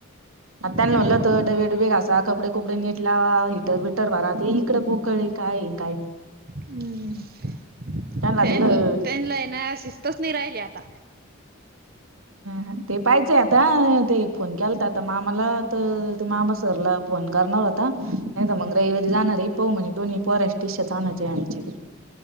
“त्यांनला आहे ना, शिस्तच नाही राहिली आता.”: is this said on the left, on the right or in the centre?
Right